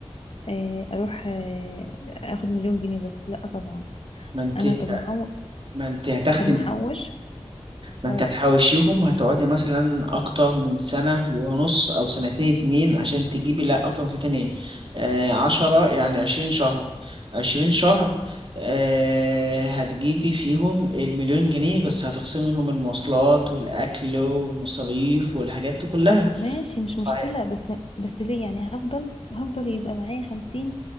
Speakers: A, on the left (about 60°); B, on the right (about 50°).
A: آه، اروح آه، اخد مليون جنيه بس لا طبعا
B: ما انت
A: انا طب محوش
B: ما انت هتخدم
A: طب محوش
B: ما انت
A: اقول
B: هتحوشيهم هتقعدي مثلا اكتر من سنة ونص او سنتين اتنين عشان تجيبي لا اكتر من سنتين ايه آه عشرة يعني عشرين شهر عشرين شهر آه هتجيبي فيهم المليون جنيه بس هتخصمي منهم المواصلات والاكل والمصاريف والحاجات دي كلها
A: ماشي مش
B: ف-
A: مشكلة بس بس ليه يعني هفضل هفضل يبقى معايا خمسين